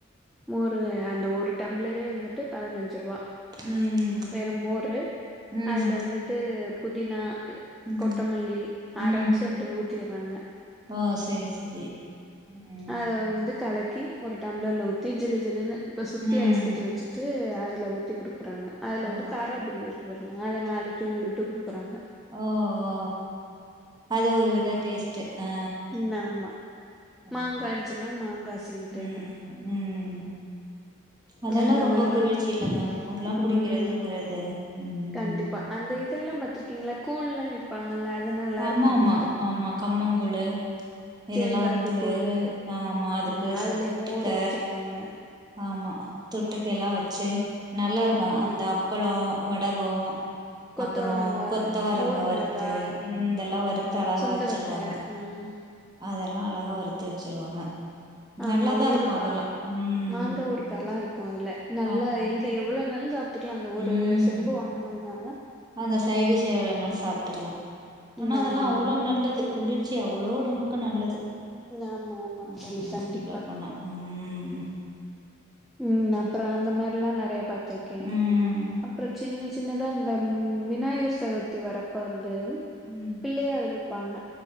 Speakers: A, in the centre; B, on the right.
A: மோரு அந்த ஒரு டம்ளரே வந்துட்டு பதினஞ்சு ருவா
B: ம்
A: வெறும்மோரு
B: ம்
A: அதுல வந்துட்டு புதினா
B: ம்
A: கொத்தமல்லி அரச்சு
B: ம்
A: அப்டியே ஊத்திறாங்க
B: ஓ சரி சரி ம்
A: அத வந்து கலக்கி ஒரு டம்ளர்ல ஊத்தி ஜிலு ஜிலுன்னு இப்ப சுத்தி
B: ம்
A: ஐஸ் கட்டி வச்சுட்டு அதுல ஊத்தி குடுக்குறாங்க அதுல
B: ஓ
A: வந்து காராபுந்தி இருக்கும் ஒரு மேல நாலு தூவி விட்டு குடுக்குறாங்க
B: ஓ ஓ அது ஒரு வித டேஸ்ட்டு ஆ
A: ம் ஆமா
B: கண்டிப்பா
A: மாங்கா இருந்துச்சுன்னா மாங்கா சில டைமு
B: ம் ம் அதெல்லா
A: அந்த
B: ரொம்ப
A: மாரிலா
B: குளிர்ச்சி
A: குடுக்கு
B: இல்லங்க மோர்ல்லா குடிக்கிறதுங்கிறது
A: ம்
B: ம்
A: கண்டிப்பா அந்த இதெல்லா பாத்திருக்கீங்களா கூழ்லா ஏ டுப்பாங்கல்ல அது நல்லா
B: ஆமா
A: இருக்கும்
B: ஆமா
A: வந்து
B: ஆமா கம்மங்கூழு இதெல்லா
A: கேழ்வரகு
B: வந்து
A: கூலு
B: ஆமா அதுக்கு
A: ஆ அதுலயே
B: ச தொட்டுக்க
A: மோர் வச்சிருப்பாங்க
B: ஆமா தொட்டுக்க எல்லா வச்சு நல்லா இருக்கும்
A: ம்
B: அந்த அப்பளோ வடகோ
A: கொத்தவரங்கா
B: அப்பறோ கொத்தவரங்கா
A: மோர் மிளகா
B: வறுத்து ம் இதெல்லா வறுத்து அழகா
A: சுண்டவத்த
B: வச்சிருவாங்க
A: ம்
B: அதெல்லா அழகா வறுத்து வச்சிருவாங்க நல்லாதா
A: ஆமா ஊறுகா
B: இருக்கும் அதெல்லா ம்
A: மாங்கா ஊறுகால்லா இருக்கும் அதுல நல்லா
B: ஆமா ஆமா
A: எழு எவ்வளோ நாலு சாப் ட்டுக்குலா அந்த ஒரு
B: ம்
A: செம்பு வாங்கனம்னா
B: அந்த சைடிஷ் எவ்ளோ நாலும் சாப்பிட்டுக்கலா ஆனா
A: நா
B: அதெல்லா
A: ம்
B: அவ்ளோ
A: ஆமா
B: நல்லது குளி ர்ச்சி அவளோ ஒடம்புக்கு நல்லது
A: ஆமா ஆமா
B: ஆமா
A: தோழி கண்டிப்பா
B: சொல்ல போனா ம்
A: ம் அப்பறோ அந்த மாரில்லா நறைய பாத்துருக்கே
B: ம் ம்
A: அப்றோ சின்ன சின்னதா இந்த விநாயகர் சதுர்த்தி வரப்ப வந்து
B: ம்
A: பிள்ளையார் விப்பாங்க